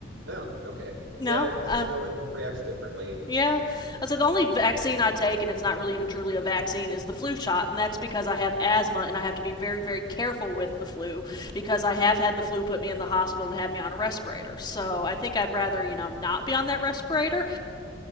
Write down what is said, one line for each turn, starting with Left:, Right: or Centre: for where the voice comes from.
Right: Oh, okay.
Left: no.
Right: Yeah, it's
Left: Uh,
Right: everyone reacts differently.
Left: Yeah. I said the only vaccine I take, and it's not really even truly a vaccine, is the flu shot, and that's because I have asthma and I have to be very, very careful with the flu because I have had the flu put me in the hospital and have me on a respirator. So I think I'd rather, you know, not be on that respirator.